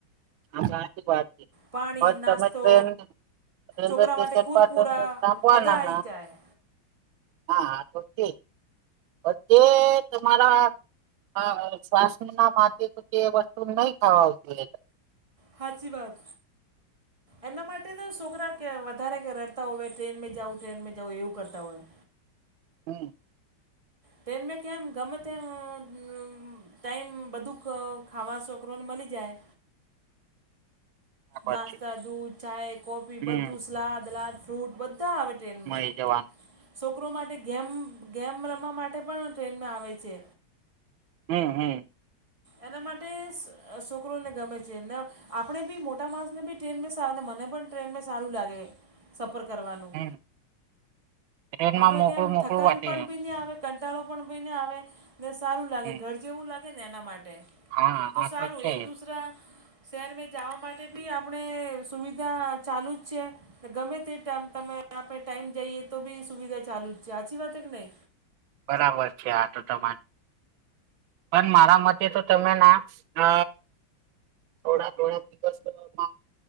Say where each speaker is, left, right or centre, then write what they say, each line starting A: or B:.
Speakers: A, on the right; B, on the right.
A: હા સાચી
B: પાણી
A: વાત છે પણ
B: નાસ્તો
A: તમે ટ્રેન રેલવે
B: છોકરા
A: સ્ટેશન
B: માટે કુરકુરા
A: પર તમે
B: બધા
A: <unintelligible>
B: આવી જાય
A: હા તો છે બધે તમારા હ સ્વાસ્થ ના માટે તો તે વસ્તુ નહી ખાવા આવતી
B: હાચી વાત એના માટે તો છોકરા વધારે રડતા હોય ટ્રેનમેં જાઉં ટ્રેનમેં જાઉ એવું કરતા હોય.
A: હમ્મ.
B: ટ્રેન મે કેમ ગમ તઈ <unintelligible> ટાઈમ બધું ખ ખાવા છોકરોને મલી જાય
A: પછી
B: નાસ્તા દૂધ ચાય કોફી
A: હમ
B: બધું સલાદ લાદ ફ્રૂટ બધા આવે ટ્રેન મેં
A: જવા
B: છોકરો માટે ગેમ ગેમ રમવા માટે પણ ટ્રેનમે આવે છે.
A: હમ્મ હમ્મ
B: એના માટે અ શ સોકરોને ગમે છે આપડે બી મોટા માણસ ને બી ટ્રેન સાર ને મને પણ ટ્રેન સારું લાગે. સફર કરવાનું
A: હમ ટ્રેનમાં
B: આપણે
A: મોકળું
B: કેમ
A: મોકળું
B: થકાન
A: વાતે
B: પણ બી નહીં આવે કંટાળો પણ ભી આવે ને સારું લાગે
A: હમ
B: ઘર જેવું લાગે ને એના માટે
A: હા
B: તો
A: આ
B: સારું
A: છે
B: એક દુસરા શહેર મે જવા માટે બી આપણે સુવિધા ચાલુ જ છે. ગમે તે ટાઈમ તમે આપણે ટાઈમ જઈએ તો બી સુવિધા ચાલુ જ છે હાચી વાત કે નઈ.
A: બરાબર છે આ તો તમાર પણ મારા મતે તો તમે ના અ થોડા થોડા દિવસમાં